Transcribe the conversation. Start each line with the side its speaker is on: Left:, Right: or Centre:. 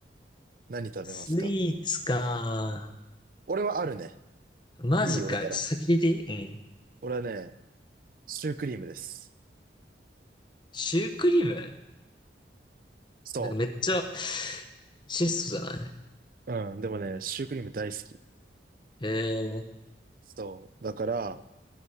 Right: 何食べますか
Left: スイーツか
Right: 俺はあるね。
Left: マジか。
Right: いい、俺から。
Left: ちょっと先聞いていいうん。
Right: 俺はね、シュークリームです。
Left: シュークリーム
Right: そ
Left: なんかめっちゃ、質素じゃない
Right: う。うん、でもね、シュークリーム大好き。
Left: えー、
Right: そう。だから、